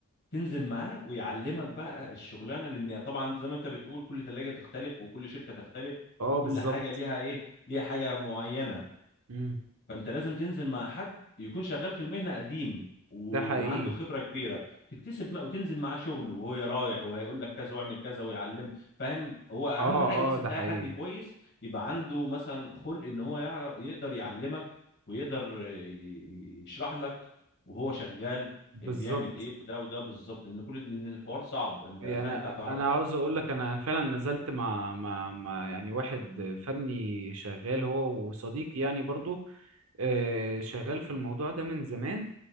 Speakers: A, on the left (about 50°); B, on the right (about 75°).
A: تنزل معاه ويعلمك بقى الشغلانه لان طبعا انت زي ما انت بتقول كل ثلاجه تختلف وكل شركه تختلف
B: اه
A: وكل
B: بالظبط
A: حاجه ليها ايه ليها حاجه معينه
B: مم.
A: فانت لازم تنزل مع حد يكون شغال في المهنه قديم و-
B: ده حقيقي
A: وعنده خبره كبيره تكتسب ما وتنزل معاه شغل وهو رايح وهيقول لك كذا واعمل كذا ويعلم فاهم هو اهم
B: اه
A: حاجه بس
B: اه
A: تلاقي
B: ده حقيقي
A: حد كويس يبقى عنده مثلا خلق ان هو يعرف يقدر يعلمك ويقدر ي- ي- يشرح لك وهو شغال
B: بالظبط
A: بيعمل ايه وده وده بالظبط لان كل لان الحوار صعب انت
B: يعني
A: فاهم ده كهرباء
B: انا عاوز اقول لك انا فعلا نزلت مع مع مع يعني واحد فني شغال هو وصديقي يعني برضو آه، شغال في الموضوع ده من زمان